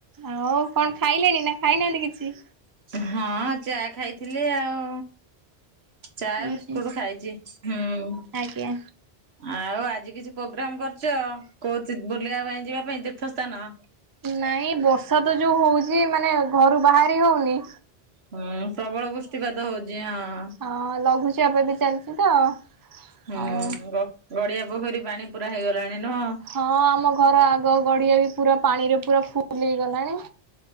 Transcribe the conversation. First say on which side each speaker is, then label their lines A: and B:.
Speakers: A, on the right (about 20°); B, on the right (about 75°).
A: ଆଉ କଣ ଖାଇଲେଣି ନା ଖାଇନାହାନ୍ତି କିଛି?
B: ହଁ ଚା ଖାଇଥିଲି ଆଉ। ଚା
A: ଉଁ
B: ବିସ୍କୁଟ୍
A: ହୁଁ
B: ଖାଇଛି ହୁଁ।
A: ଆଜ୍ଞା
B: ଆଉ ଆଜି କିଛି ପ୍ରୋଗ୍ରାମ କରଚ କୋଉ ବୁଲିବା ପାଇଁ ଯିବା ପାଇଁ ତୀର୍ଥସ୍ଥାନ?
A: ନାଇଁ ବର୍ଷା ତ ଯୋଉ ହୋଉଚି ମାନେ ଘରୁ ବାହାରି ହୋଉନି।
B: ହୁଁ ପ୍ରବଳ ବୃଷ୍ଟିପାତ ହଉଛି ହଁ।
A: ହଁ ଲଘୁଚ ଏବେ ଚାଲିଛି ତ।
B: ହୁଁ
A: ଆଉ
B: ଗଡିଆ ପୋଖରୀ ପାଣି ପୁରା ହେଇଗଲାଣି ନୁହଁ।
A: ହଁ ଆମ ଘର ଆଗ ଗଡିଆ ବି ପୁରା ପାଣିରେ ପୁରା ଫୁଲ ହେଇଗଲାଣି।